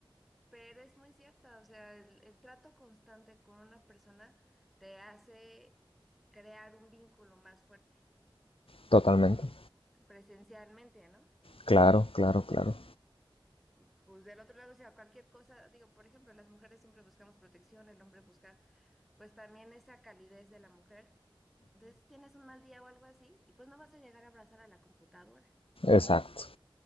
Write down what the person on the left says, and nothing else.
totalmente.
Claro, claro, claro.
Exacto.